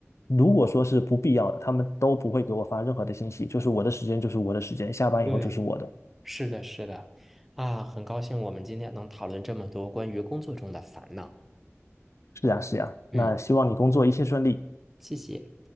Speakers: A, on the left; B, in the centre.
A: 如果说是不必要的，他们都不会给我发任何的信息，就是我的时间就是我的时间，下班以后就是我的。
B: 对，是的，是的，啊，很高兴我们今天能讨论这么多关于工作中的烦恼，
A: 是呀，是呀，那希望你工作一切顺利。
B: 嗯，谢谢。